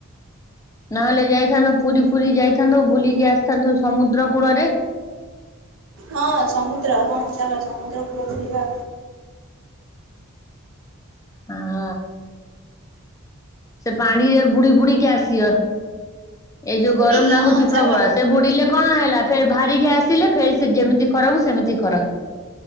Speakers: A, on the left; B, on the right.
A: ନହେଲେ ଯାଇଥାନ୍ତୁ ପୁରୀ ଫୁରି ଯାଇଥାନ୍ତୁ ବୁଲିକି ଆସିଥାନ୍ତୁ ସମୁଦ୍ର କୂଳରେ।
B: ହଁ ସମୁଦ୍ର ହଁ ଚାଲ ସମୁଦ୍ର କୁଳକୁ ଯିବା।
A: ହଁ। ସେ ପାଣିରେ ବୁଡି ବୁଡିକି ଆସିବ ଏ ଯୋଉ
B: ବୁଢୀ
A: ଗରମ ନାଗୁଛି
B: ହଁ ଚାଲ
A: ପ୍ରବଳ ସେ ବୁଡିଲେ କଣ ହେଲା ଫେର ବାହାରିକି ଆସିଲେ ଫେର ସେ ଯେମିତି ଖରାକୁ ସେମିତି ଖରା।